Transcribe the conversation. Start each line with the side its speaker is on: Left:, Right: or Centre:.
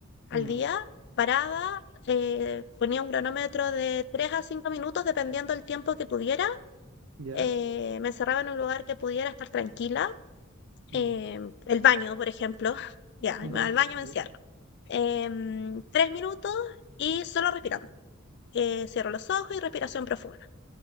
Left: al
Right: mm,
Left: día, paraba, eh, ponía un cronómetro de tres a cinco minutos, dependiendo del tiempo que tuviera.
Right: ¿Ya?
Left: eh, me encerraba en un lugar que pudiera estar tranquila.
Right: Mm,
Left: eh, el baño, por ejemplo. <laughs> Ya, me
Right: <laughs>
Left: voy al baño
Right: ya,
Left: me encierro. em, tres minutos y solo respirando. eh, cierro los ojos y respiración profunda.